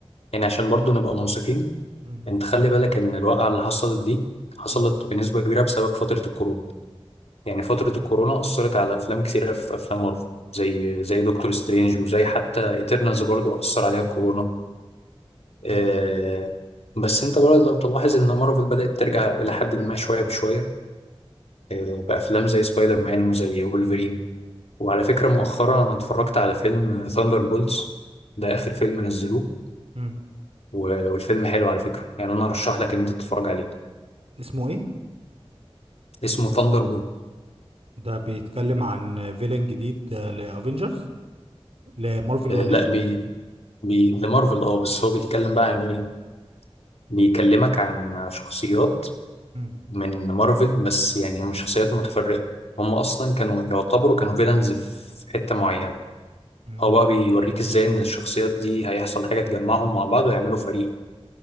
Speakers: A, on the left; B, on the right.
A: يعني عشان برضو نبقى منصفين
B: مم،
A: انت خلي بالك ان الواقعة اللي حصلت دي حصلت
B: مم،
A: بنسبة كبيرة بسبب فترة الكورونا يعني فترة الكورونا أثرت على أفلام كثيرة في أفلام مارفل زي زي دكتور سترينج وزي حتى إيترنالز برضو أثر عليها الكورونا آه
B: مم،
A: بس انت برضه لو تلاحظ ان مارفل بدأت ترجع إلى حد ما شوية بشوية آه بأفلام زي سبايدر مان وزي وولفرين وعلى فكرة مؤخرا أنا اتفرجت على فيلم ثاندر بولتس ده آخر فيلم نزلوه
B: مم.
A: و- والفيلم حلو على فكرة يعني أنا أرشح لك إن أنت تتفرج عليه
B: اسمه ايه
A: اسمه ثاندر
B: ده بيتكلم عن فيلن جديد لافنجرز لمارفل
A: آه،
B: ولا
A: لا
B: ايه
A: بي... بي... لمارفل اه بس هو بيتكلم بقى عن ايه بيكلمك عن شخصيات
B: مم،
A: من مارفل بس يعني هم شخصيات متفرقة هم اصلا كانوا يعتبروا كانوا فيلنز في حتة معينة
B: مم.
A: هو بقى بيوريك ازاي ان الشخصيات دي هيحصل حاجة تجمعهم مع بعض ويعملوا فريق